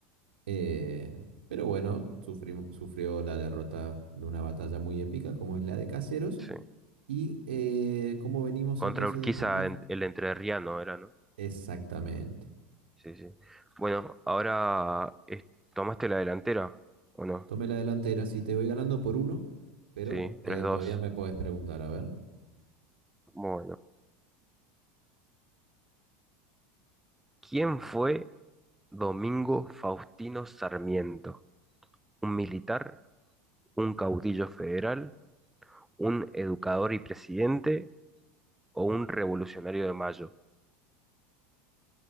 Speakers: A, on the right; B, in the centre.
A: Eh, pero bueno, sufrim- sufrió la derrota de una batalla muy épica como es la de Caseros.
B: sí.
A: ¿Y eh, cómo venimos
B: Contra
A: entonces
B: Urquiza,
A: de puntaje?
B: en- el entrerriano era, ¿no?
A: Exactamente.
B: Sí, sí. Bueno, ahora eh, tomaste la delantera, ¿o no?
A: Tomé la delantera, sí, te voy ganando por uno, pero
B: Sí,
A: eh,
B: tres dos
A: todavía me podés preguntar, a ver.
B: Bueno. ¿Quién fue Domingo Faustino Sarmiento? ¿Un militar? ¿Un caudillo federal? ¿Un educador y presidente? ¿O un revolucionario de mayo?